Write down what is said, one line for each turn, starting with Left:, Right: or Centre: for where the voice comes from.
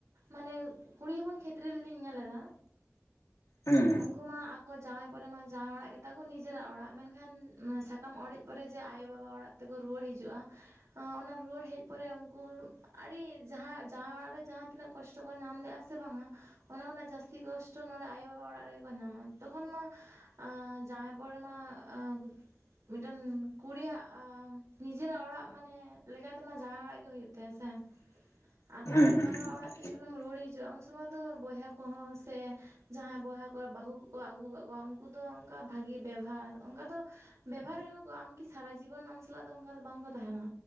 Right: ᱢᱟᱱᱮ ᱠᱩᱲᱤ ᱦᱚᱯᱚᱱ ᱠᱷᱮᱛᱨᱮ ᱨᱮᱞᱤᱧ ᱧᱮᱞ ᱮᱫᱟ
Left: ᱦᱩᱸ
Right: ᱩᱱᱠᱩ ᱢᱟ ᱚ ᱡᱟᱸᱶᱟᱭ ᱯᱚᱨᱮ ᱢᱟ ᱡᱟᱸᱶᱟᱭ ᱚᱲᱟᱜ ᱜᱮᱛᱟ ᱠᱚ ᱱᱤᱡᱮᱨᱟᱜ ᱚᱲᱟᱜ ᱢᱮᱱᱠᱷᱟᱱ ᱱᱚᱣᱟ ᱥᱟᱠᱟᱢ ᱚᱲᱮᱡ ᱯᱚᱨᱮ ᱡᱮ ᱟᱭᱳ ᱵᱟᱵᱟ ᱚᱲᱟᱜ ᱛᱮᱠᱚ ᱨᱩᱣᱟᱹᱲ ᱦᱤᱡᱩᱜᱼᱟ ᱟ ᱚᱱᱟ ᱨᱩᱣᱟᱹᱲ ᱦᱮᱡ ᱯᱚᱨᱮ ᱩᱱᱠᱩ ᱟᱹᱰᱤ ᱡᱟᱦᱟᱸ ᱡᱟᱣᱟᱸᱭ ᱚᱲᱟᱜ ᱨᱮ ᱡᱟᱦᱟᱸ ᱛᱤᱱᱟᱹᱜ ᱠᱚᱥᱴᱚ ᱠᱚ ᱧᱟᱢ ᱞᱮᱜᱟ ᱥᱮ ᱵᱟᱝᱟ ᱚᱱᱟ ᱠᱷᱚᱱᱟᱜ ᱡᱟᱹᱥᱛᱤ ᱠᱚᱥᱴᱚ ᱱᱚᱰᱮ ᱟᱭᱳ ᱵᱟᱵᱟ ᱚᱲᱟᱜ ᱨᱮᱜᱮ ᱠᱚ ᱧᱟᱢᱟ ᱛᱚᱠᱷᱚᱱ ᱢᱟ ᱟ ᱡᱟᱸᱶᱟᱭ ᱯᱚᱨᱮ ᱢᱟ ᱟ ᱢᱤᱜᱴᱮᱱ ᱠᱩᱲᱤᱭᱟᱜ ᱱᱤᱡᱮᱨᱟᱜ ᱚᱲᱟᱜ ᱢᱟᱱᱮ ᱞᱮᱠᱟᱛᱮᱢᱟ ᱡᱟᱸᱶᱟᱭ ᱚᱲᱟᱜ ᱜᱮ ᱦᱩᱭᱩᱜ ᱛᱟᱭᱟ ᱥᱮ᱾
Left: <inaudible>
Right: ᱟᱫᱚ ᱟᱭᱳ
Left: ᱦᱩᱸ
Right: ᱵᱟᱵᱟ
Left: ᱦᱩᱸ ᱦᱩᱸ
Right: ᱚᱲᱟᱜ
Left: ᱦᱩᱸ
Right: ᱛᱮ ᱡᱚᱠᱷᱚᱱᱮᱢ ᱨᱩᱣᱟᱹᱲ ᱦᱤᱡᱩᱜᱼᱟ ᱩᱱ ᱥᱩᱢᱟᱭ ᱫᱚ ᱵᱚᱭᱦᱟ ᱠᱚᱦᱚᱸ ᱥᱮ ᱡᱟᱦᱟᱸᱭ ᱵᱚᱭᱦᱟ ᱠᱚᱨᱮ ᱵᱟᱹᱦᱩ ᱠᱚᱠᱚ ᱟᱹᱜᱩ ᱠᱟᱜ ᱠᱚᱣᱟ ᱩᱱᱠᱩ ᱫᱚ ᱚᱱᱠᱟ ᱵᱷᱟᱜᱤ ᱵᱮᱵᱷᱟᱨ ᱚᱱᱠᱟ ᱫᱚ ᱵᱮᱵᱦᱟᱨ ᱨᱮᱦᱚᱸ ᱠᱚ ᱟᱢ ᱠᱤ ᱥᱟᱨᱟ ᱡᱤᱵᱚᱱ ᱟᱢ ᱥᱟᱞᱟᱜ ᱫᱚ ᱚᱱᱠᱟ ᱫᱚ ᱵᱟᱝᱠᱚ ᱛᱟᱦᱮᱱᱟ᱾